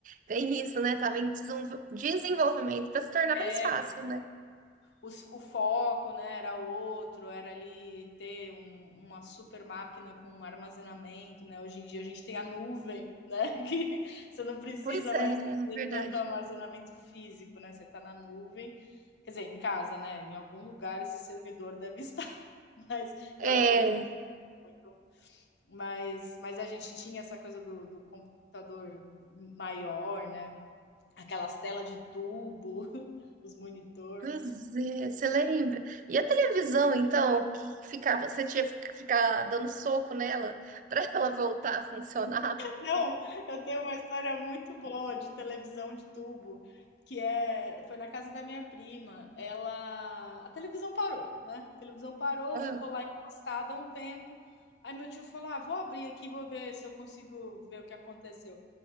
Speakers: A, on the right; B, on the left.
A: Tem isso, né? Tava em desenvol- desenvolvimento para se tornar
B: É.
A: mais fácil, né?
B: os, o foco né, era outro, era ali ter um- uma super máquina com armazenamento, né? Hoje em dia a gente tem a nuvem, né? <laughs> Que você não precisa
A: Pois é,
B: mais
A: é
B: ter
A: verdade.
B: tanto armazenamento físico, né? Você está na nuvem. Quer dizer, em casa, né? Em algum lugar esse servidor deve <laughs> estar, mas
A: É.
B: e eu não uso muito. Mas, mas a gente tinha essa coisa do, do computador maior, né? Aquelas telas de tubo, <laughs> os monitor.
A: Pois é, você lembra? E a televisão, então, que ficava, você tinha que ficar dando soco nela para <laughs> ela voltar a funcionar?
B: Não, eu tenho uma história muito boa de televisão de tubo, que é foi na casa da minha prima, ela a televisão parou, né, a televisão parou,
A: Ah,
B: ficou lá encostada há um tempo, aí meu tio falou: "Ah, vou abrir aqui, vou ver se eu consigo ver o que aconteceu".